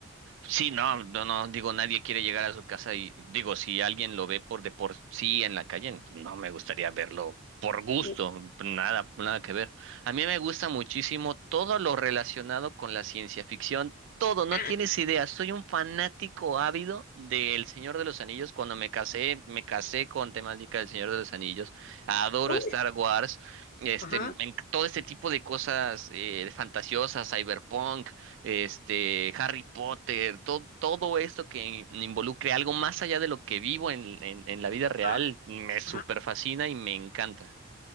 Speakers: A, on the right; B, on the left.
A: Sí, no, no, no, digo, nadie quiere llegar a su casa y digo, si alguien lo ve por de por sí en la calle, no me gustaría verlo por gusto,
B: No
A: nada, nada que ver. A mí me gusta muchísimo todo lo relacionado con la ciencia ficción, todo, no
B: Ah,
A: tienes idea, soy un fanático ávido del Señor de los Anillos. Cuando me casé, me casé con temática del Señor de los Anillos. Adoro
B: oh,
A: Star Wars, este,
B: ajá,
A: en- todo este tipo de cosas eh, fantasiosas, cyberpunk este, Harry Potter, todo, todo esto que involucre algo más allá de lo que vivo en, en, en la vida real,
B: ajá,
A: me super
B: ajá.
A: fascina y me encanta.